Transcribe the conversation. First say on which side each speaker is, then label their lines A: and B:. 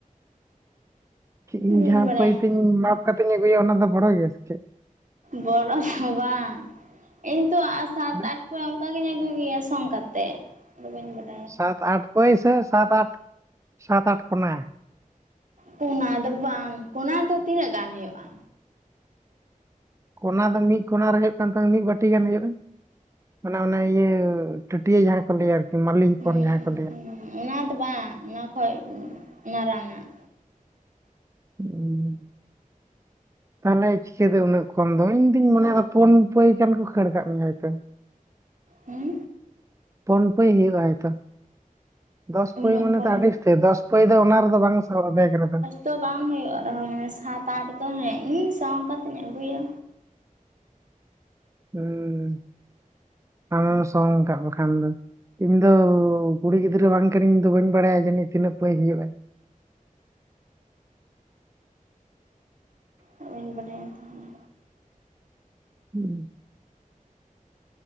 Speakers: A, on the right (about 20°); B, on the right (about 65°).
A: ᱤᱧ
B: ᱵᱟᱹᱧ
A: ᱡᱟᱦᱟᱸ
B: ᱵᱟᱲᱟᱭᱟ
A: ᱯᱟᱹᱭᱛᱤᱧ ᱢᱟᱯ ᱠᱟᱛᱮᱧ ᱟᱹᱜᱩᱭᱟ ᱚᱱᱟ ᱫᱚ ᱵᱚᱲᱚ ᱜᱮᱭᱟ ᱥᱮ ᱪᱮᱫ
B: ᱵᱚᱲᱚ ᱫᱚ ᱵᱟᱝ ᱤᱧᱛᱚ ᱥᱟᱛ
A: ᱢᱟᱱᱮ
B: ᱟᱴ ᱥᱮ ᱚᱱᱠᱟᱜᱤᱧ ᱟᱹᱜᱩᱭ ᱜᱮᱭᱟ ᱥᱚᱝ ᱠᱟᱛᱮᱫ ᱟᱫᱚ ᱵᱟᱹᱧ ᱵᱟᱰᱟᱭ
A: ᱥᱟᱛ ᱟᱴ ᱯᱟᱹᱭ ᱥᱮ ᱥᱟᱛ ᱟᱴ ᱥᱟᱛ ᱟᱴ ᱠᱚᱱᱟ
B: ᱠᱚᱱᱟ ᱫᱚ ᱵᱟᱝ ᱠᱚᱱᱟ ᱫᱚ ᱛᱤᱱᱟᱹᱜ ᱜᱟᱱ ᱦᱩᱭᱩᱜ-ᱟ
A: ᱠᱚᱱᱟ ᱫᱚ ᱢᱤᱫ ᱠᱚᱱᱟ ᱨᱮ ᱦᱩᱭᱩᱜ ᱠᱟᱱ ᱛᱟᱢᱟ ᱢᱤᱫ ᱵᱟᱴᱤ ᱜᱟᱱ ᱦᱩᱭᱩᱜ-ᱟ ᱢᱟᱱᱮ ᱚᱱᱟ ᱤᱭᱟᱹ ᱴᱟᱹᱴᱭᱟᱹ ᱡᱟᱦᱟᱸ ᱠᱚ ᱞᱟᱹᱭᱟ ᱟᱨᱠᱤ ᱢᱟᱹᱞᱤ ᱦᱚᱯᱚᱱ
B: ᱦᱩᱸ
A: ᱡᱟᱦᱟᱸ ᱠᱚ ᱞᱟᱹᱭᱟ᱾
B: ᱚᱱᱟ ᱫᱚ ᱵᱟᱝ ᱚᱱᱟ ᱠᱷᱚᱡ ᱢᱟᱨᱟᱝᱟᱜ᱾
A: ᱩᱸ ᱛᱟᱦᱞᱮ ᱪᱤᱠᱟᱹᱛᱮ ᱩᱱᱟᱹᱜ ᱠᱚᱢ ᱫᱚ? ᱤᱧ ᱫᱩᱧ ᱢᱚᱱᱮᱭᱟ ᱯᱩᱱ ᱯᱟᱹᱭ ᱜᱟᱱ ᱠᱚ ᱠᱷᱟᱹᱲ ᱠᱟᱜ ᱢᱮᱭᱟ ᱦᱚᱭᱛᱚ᱾
B: ᱦᱩᱸ
A: ᱯᱩᱱ ᱯᱟᱹᱭ ᱦᱩᱭᱩᱜ-ᱟ ᱦᱳᱭᱛᱚ ᱫᱚᱥ ᱯᱟᱹᱭ
B: ᱩᱱᱟᱹᱜ
A: ᱢᱟᱱᱮ
B: ᱠᱚᱢ
A: ᱛᱚ ᱟᱹᱰᱤ ᱩᱥᱛᱟᱹ ᱫᱚᱥ ᱯᱟᱹᱭ ᱫᱚ ᱚᱱᱟ ᱨᱮᱫᱚ ᱵᱟᱝ ᱥᱟᱦᱵᱼᱟ ᱵᱮᱜ ᱨᱮᱫᱚ᱾
B: ᱛᱚ ᱵᱟᱝ ᱦᱩᱭᱩᱜ ᱨᱮᱦᱚᱸ ᱢᱟᱱᱮ ᱥᱟᱛ ᱟᱴ ᱫᱚ ᱦᱮᱸ ᱤᱧ ᱥᱚᱝ ᱠᱟᱛᱮᱜ ᱤᱧ ᱟᱹᱜᱩᱭᱟ᱾
A: ᱦᱤᱸ ᱟᱢᱮᱢ ᱥᱚᱝ ᱠᱟᱜ ᱵᱟᱠᱷᱟᱱ ᱫᱚ ᱤᱧ ᱫᱚ ᱠᱩᱲᱤ ᱜᱤᱫᱽᱨᱟᱹ ᱵᱟᱝ ᱠᱟᱱᱟᱹᱧ ᱤᱧ ᱫᱚ ᱵᱟᱹᱧ ᱵᱟᱲᱟᱭᱟ ᱡᱟᱹᱱᱤᱡ ᱛᱤᱱᱟᱹᱜ ᱯᱟᱹᱭ ᱦᱩᱭᱩᱜᱼᱟ᱾
B: ᱵᱟᱹᱧ ᱵᱟᱰᱟᱭᱟ ᱛᱟᱦᱞᱮ
A: ᱦᱩᱸ